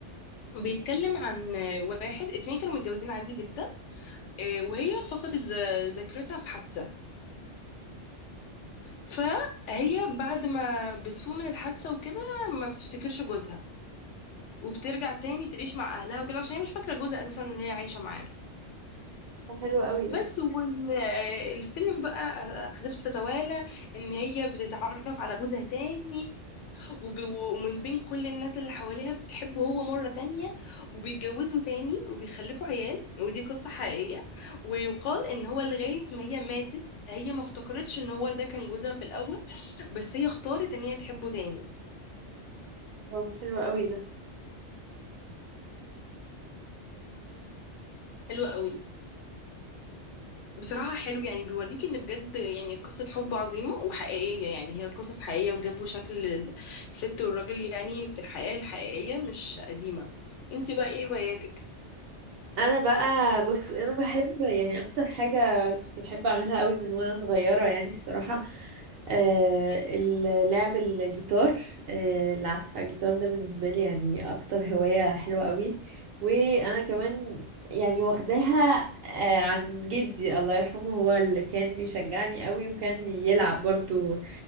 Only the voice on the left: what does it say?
بيتكلم عن آه، واحد اتنين كانوا متجوزين عادي جدا آه، وهي فقدت ذا- ذاكرتها في حادثة فهي بعد ما بتفوق من الحادثة وكده ما بتفتكرش جوزها وبترجع تاني تعيش مع اهلها وكده عشان هي مش فاكره جوزها اساسا ان هي عايشه معاه
بس والفيلم بقى احداثه بتتوالى ان هي بتتعرف على جوزها تاني وب... ومن بين كل الناس اللي حواليها بتحبه هو مره تانية وبيتجوزوا تاني وبيخلفوا عيال ودي قصه حقيقيه ويقال ان هو لغايه ما هي ماتت هي ما افتكرتش ان هو ده كان جوزها في الاول بس هي اختارت ان هي تحبه تاني
حلوه قوي بصراحة حلو يعني بيوريك ان بجد يعني قصة حب عظيمة وحقيقية يعني هي قصص حقيقية وجابوا شكل الست والراجل يعني في الحياة الحقيقية مش قديمة انت بقى ايه هواياتك؟